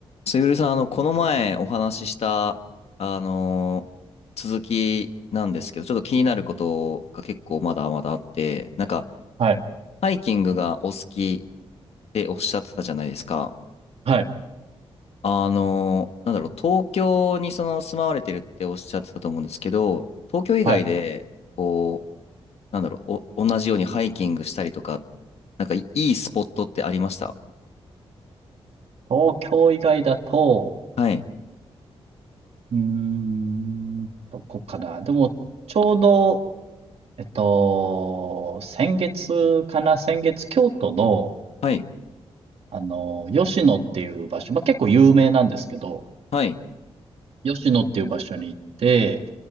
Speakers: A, on the left (about 75°); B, on the right (about 70°).
A: すゆるさん、あの、この前お話しした、あのー続きなんですけど、ちょっと気になることが結構まだまだあって、なんか、
B: はい、
A: ハイキングがお好きっておっしゃってたじゃないですか。
B: はい、
A: あのーなんだろう、東京にその住まわれてるっておっしゃってたと思うんですけど、東京以外で、
B: はい。
A: こう、なんだろう、お、同じようにハイキングしたりとか、なんかいいいスポットってありました
B: 東京以外だと、
A: はい、
B: うーん、どこかな。でも、ちょうど、えっと、先月かな、先月、京都の、
A: はい、
B: あの、吉野っていう場所、まあ、結構有名なんですけど、
A: はい、
B: 吉野っていう場所に行って、